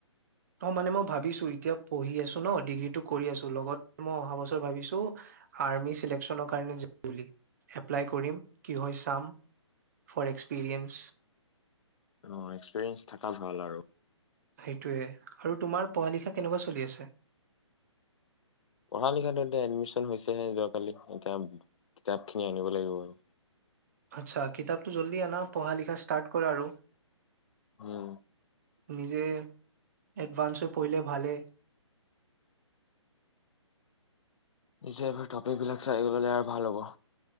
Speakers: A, on the right (about 35°); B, on the left (about 70°).
A: অ মানে মই ভাবিছো এতিয়া পঢ়ি আছো ন ডিগ্ৰীটো কৰি আছো লগতে মই অহা বছৰ ভাবিছো আৰ্মি চিলেক্যনৰ কাৰণ এপ্লাই কৰিম কি হয় চাম ফৰ এক্সপিৰিয়েঞ্চ
B: অ এক্সপেৰিয়েন্ঞ্চ থাককা ভাল আৰু
A: সেইটোৱে আৰু তোমাৰ পঢ়া লিখা কেনেকুৱা চলি আছে
B: পঢ়া লিখা এতিয়া এডমিশন হৈছেহে যোৱাকালি এতিয়া কিতাপ খিনি আনিব লাগিব আৰু
A: আচ্ছা কিতাপতটো জল্দি আনা পঢ়া লিখা ষ্টাৰ্ট কৰা আৰু
B: উম
A: নিজে এডভানস হৈ পঢ়লে ভালে
B: নিজব টপিকবিলাক চাই এই ললে আৰু ভাল হ'ব